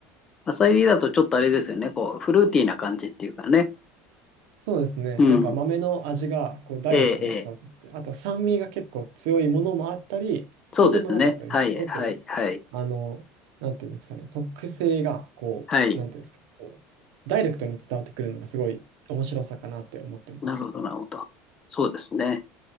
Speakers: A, on the left; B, on the right.
A: 浅煎りだとちょっとあれですよね。こう、フルーティーな感じっていうかね。
B: そうですね。
A: うん。
B: なんか豆の味がこうダイレクトに伝わってきて、
A: ええ、ええ。
B: あと酸味が結構強いものもあったり、そうでもなかったりして、
A: そうですね。はい、
B: 結構
A: はい、はい。
B: あの、なんていうんですかね、特性が、こう、
A: はい。
B: なんていうんですか、こう、ダイレクトに伝わってくるのがすごい面白さかなって思ってます。
A: なるほど、なるほど。そうですね。